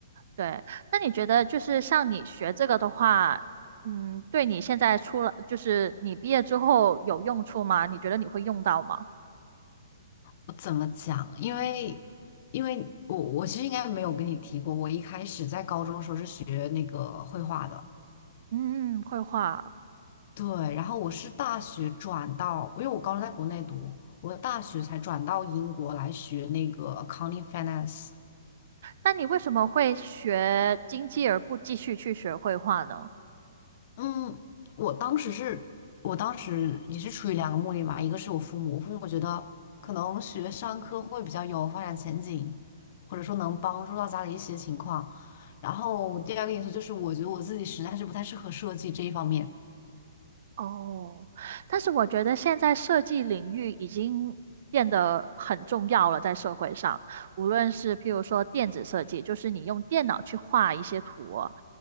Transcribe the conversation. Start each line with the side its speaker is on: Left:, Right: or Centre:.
Right: 对，那你觉得就是像你学这个的话，嗯，对你现在出了，就是你毕业之后有用处吗？你觉得你会用到吗？
Left: 我怎么讲？因为，因为我我其实应该没有跟你提过，我一开始在高中的时候是学那个绘画的，
Right: 嗯，绘画。
Left: 对，然后我是大学转到，因为我高中在国内读，我大学才转到英国来学那个 accounting finance。
Right: 那你为什么会学经济而不继续去学绘画呢？
Left: 嗯，我当时是，我当时也是出于两个目的嘛，一个是我父母，我父母觉得可能学商科会比较有发展前景，或者说能帮助到家里一些情况。然后第二个因素就是，我觉得我自己实在是不太适合设计这一方面。
Right: 哦，但是我觉得现在设计领域已经变得很重要了，在社会上，无论是譬如说电子设计，就是你用电脑去画一些图哦